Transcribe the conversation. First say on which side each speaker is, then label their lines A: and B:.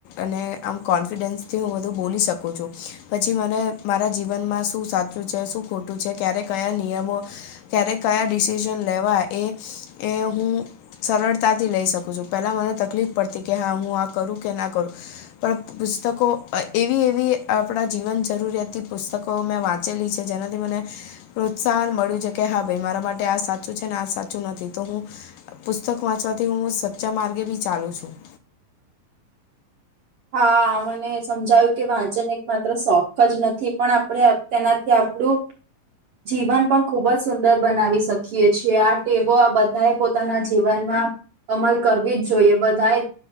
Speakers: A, on the left; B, on the right.
A: અને આમ કોન્ફિડન્સથી હું બધું બોલી શકું છું. પછી મને મારા જીવનમાં શું સાચું છે શું ખોટું છે ક્યારે કયા નિયમો ક્યારે કયા ડિસિઝન લેવા એ એ હું સરળતાથી લઈ શકું છું પેલા મને તકલીફ પડતી કે હા હું આ કરું કે ના કરું. પણ પુસ્તકો એવી એવી આપણાં જીવન જરૂરિયાતી પુસ્તકો મેં વાંચેલી છે જેનાથી મને પ્રોત્સાહન મળ્યું છે કે હા ભાઈ મારા માટે આ સાચું છે ને આ સાચું નથી તો હું પુસ્તક વાંચવાથી હું સચ્ચા માર્ગે બી ચાલુ છું.
B: હા, મને સમજાવું કે વાંચન એક માત્ર શોખજ નથી પણ આપડણે તેનાથી આપણું જીવન પણ ખૂબ જ સુંદર બનાવી શકીએ છીએ આ ટેવો આ બધા એ પોતાના જીવનમાં અમલ કરવી જોઈએ બધાએ